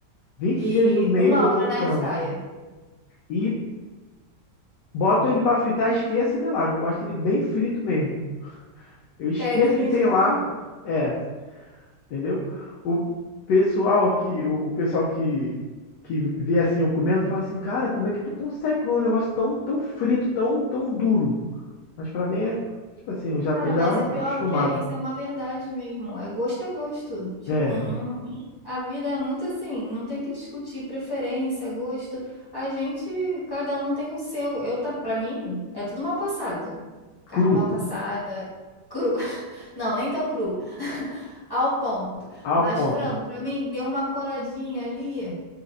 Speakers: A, on the left; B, on the left.
A: vinte
B: De
A: dias no mês
B: uma
A: eu
B: hora
A: como
B: na
A: frango.
B: airfryer.
A: E boto ele pra fritar, esqueça de lá, que eu gosto dele bem frito mesmo. Eu esqueço
B: Pedrinha
A: que tem
B: de carvão.
A: lá. É, Entendeu? O pessoal que o, o pessoal que que vê assim eu comendo fala assim, cara, como é que tu consegue comer um negócio tão tão frito, tão tão duro? Mas pra mim é tipo assim, eu já
B: Cara,
A: tô já
B: mas é pior
A: acostumado.
B: que é- isso é uma verdade mesmo. É gosto é gosto. Tipo,
A: É,
B: não- a vida é muito assim. Não tem que discutir preferência, gosto. A gente, cada um tem o seu. Eu, tá- pra mim, é tudo mal passado. Carne
A: cru,
B: mal passada, cru. <laughs> Não, nem tão cru. Ao ponto.
A: ao
B: Mas
A: ponto.
B: frango, pra mim, deu uma coradinha ali.